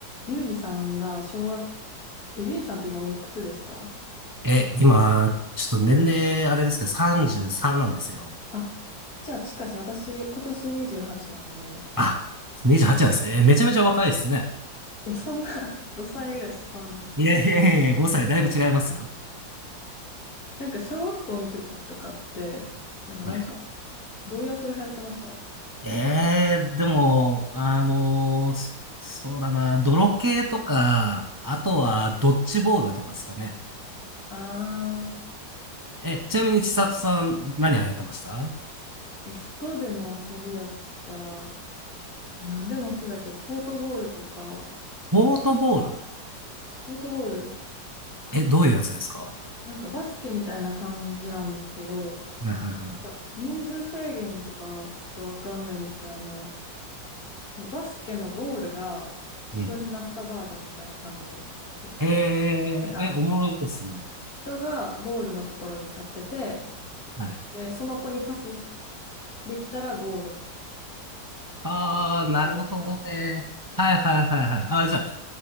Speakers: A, on the left; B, on the right.
A: ゆうりさんが小学、え、ゆうりさんって今おいくつですか
B: え、今、ちょっと年齢あれですけど、33なんですよ。
A: あ、じゃあ近いです。私、今年28なんで、
B: あ、28なんですね。え、めちゃめちゃ若いですね。
A: いや、そんな <laughs> 5歳ぐらいしか変わらないですけど、
B: いやいやいやごさい5歳だいぶ違いますよ。
A: なんか小学校の時とかって、なんか、なんか
B: はい。
A: どういう遊び流行ってました
B: えー、でも、あのーそそうだな、泥系とか、あとはドッジボールとかですかね。
A: あ
B: え、ちなみに千里さん、何流行ってました
A: ー、え、外での遊びやったら、え、何でもしてたけど、ポートボールとか、
B: ボートボール
A: ポートボール、
B: え、どういうやつですかは
A: なんかバスケみたいな感じなんですけど、
B: いはいは
A: あ人数制限とか、ちょっとわかんないんですけど、あの、そのバスケのゴールが人になったバージョンみたいな感じですね。
B: い。うん。え
A: なんか
B: ー、え、おもろいですね。
A: 人がゴールのところに立ってて、
B: はい
A: で、その子にパスできたらゴール
B: ああ、なるほどね。
A: みたいな感じ。
B: はいはいはいはい。ああ、じゃ